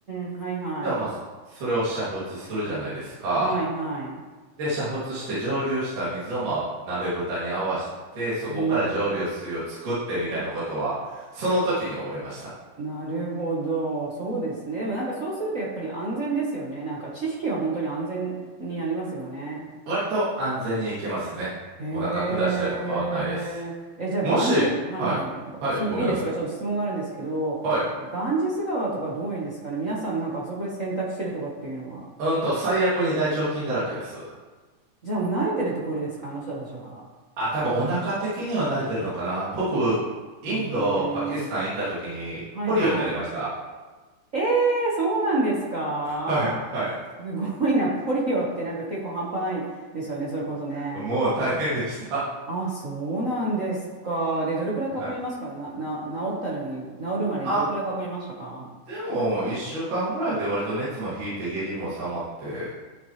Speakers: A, on the right; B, on the right.
A: ん。はいはい。
B: らまあ、それを煮沸するじゃないですか。
A: はいはい。
B: で、煮沸して蒸留した水を、まあ、鍋蓋に合わせて、そこから蒸留水を作ってみたいなことは、
A: へえ。
B: その時に覚えました。
A: なるほど。そうですね。でもなんかそうするとやっぱり安全ですよね。なんか知識は本当に安全になりますよね。
B: 割と安全に行けますね。
A: へ
B: お腹下したりとかはないです。
A: え。え、じゃあ、
B: もし、
A: ガンジ、はいはい。
B: はい。
A: がすいいですかちょっと質問があるんですけど、
B: はい、ごめんなさい。はい。
A: ガンジス川とかどういうんですかね皆さんなんかあそこで洗濯してるとかっていうのは。
B: うんと、最悪に大腸菌だらけです。
A: じゃあ、もう慣れてるところですかあの人たちは。
B: あ、多分お腹的には慣れてるのかな。僕、インド、
A: うーん。
B: パキスタン行った時にポリオになりました。
A: はいはい。えー、そうなんですか
B: はい、はい。
A: すごいな。ポリオってなんか結構半端ないですよね。それこそね。
B: もう大変でした。
A: あ、そうなんですか。で、どれくらいかかりますかな、
B: はい。
A: な、治ったのに、治るまでにどれくらいかかりましたか
B: あ、でも、1週間ぐらいで割と熱も引いて下痢も収まって、